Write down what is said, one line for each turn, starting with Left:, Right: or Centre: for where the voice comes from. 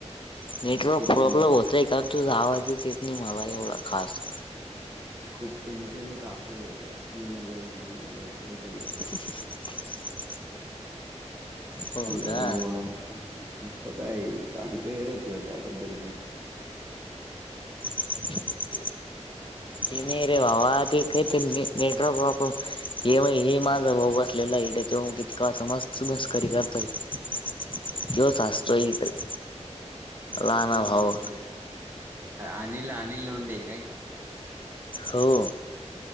Left: नेटवर्क
Right: खूप
Left: प्रॉब्लेम
Right: चांगली
Left: होतोय का तुझा आवाजच येत नाही मला एवढा खास
Right: खूप त्यांच्या <unintelligible> काकू आहेत त्या लीलाबाई म्हणून
Left: <unintelligible> हो
Right: हॅलो
Left: का
Right: भाऊ हसतो काय ए सांगतोय रे तुला त्याबद्दल माहिती
Left: <unintelligible> ए नाही रे भावा ते काहीत नेटवर्क प्रॉब्लेम हे माझा भाऊ बसलेला आहे त्याच्यामुळे कवाच मस्त मस्करी करतोय त्योच हसतोय
Right: कोण भाऊ
Left: इथं
Right: अच्छा
Left: लहाना
Right: तुझा भाऊ
Left: भाव
Right: बसलाय अ अनिल अनिल लोंडे काय
Left: हो